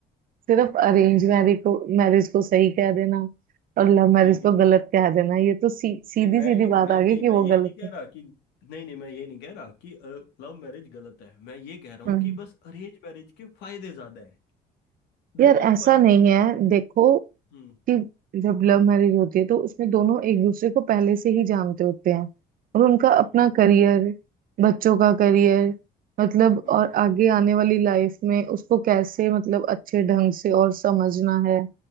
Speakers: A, on the right; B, on the left.
A: सिर्फ अरेंज मैरिज को मैरिज को सही कह देना और लव मैरिज
B: हम्म हम्म
A: को गलत कह देना ये तो सी, सीधी
B: नहीं मैं
A: सीधी
B: ये
A: बात
B: मैं
A: आ
B: नहीं
A: गई कि
B: मैं
A: वो
B: ये
A: गलत
B: नहीं कह
A: है
B: रहा कि नहीं नहीं मैं ये नहीं कह रहा कि लव मैरिज गलत है मैं ये कह रहा हूँ
A: हम्म
B: कि बस अरेंज मैरिज के फायदे ज्यादा हैं
A: यार
B: दोनों में
A: ऐसा
B: फर्क
A: नहीं
B: है
A: है देखो
B: हम्म
A: कि जब लव मैरिज होती है तो उसमें दोनों एक दूसरे को पहले से ही जानते होते हैं और उनका
B: हम्म
A: अपना करियर बच्चों का करियर मतलब
B: हम्म
A: और आगे आने वाली लाइफ में उसको कैसे मतलब अच्छे ढंग से और समझना है